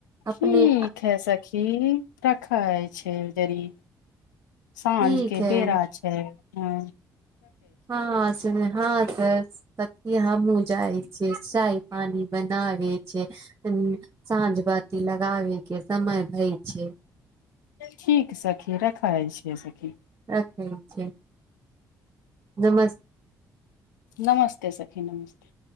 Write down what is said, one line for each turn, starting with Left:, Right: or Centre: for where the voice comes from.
Left: ठीक
Right: अपने
Left: है सखी सखी रखे छै जरी साँझ
Right: ठीक
Left: के
Right: है
Left: बेरा छै हँ
Right: हँ सु हँ त सखि हमहुँ जाइ छियै चाय पानि बनाब छै साझ बाति लग लगाबे के समय भय छै
Left: ठीक सखी रखै छियै सखी
Right: रखै छै नमस
Left: नमस्ते सखी नमस्ते